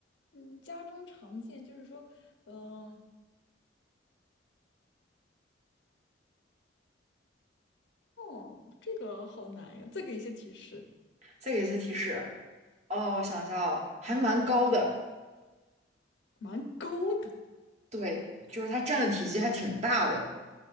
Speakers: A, on the left (about 65°); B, on the right (about 35°).
A: 嗯，家中常见，就是说，嗯、哦，这个好难呀，再给一些提示，
B: 再给一些提示，哦，我想一下哦，还蛮高的，
A: 蛮高的。
B: 对，就是它占的体积还挺大的，